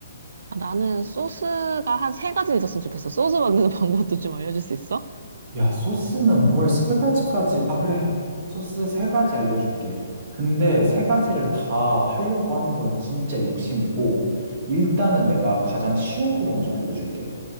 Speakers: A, on the right; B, on the right.
A: 아, 나는 소스가 한 세 가지 있었으면 좋겠어. 소스 만드는 <laughs> 방법도 좀 알려줄 수 있어?
B: 야, 소스는 뭘 세 가지까지, 아, 그래. 소스 세 가지 알려줄게. 근데 세 가지를 다 하려고 하는 거는 진짜 욕심이고, 일단은 내가 가장 쉬운 거 먼저 알려줄게.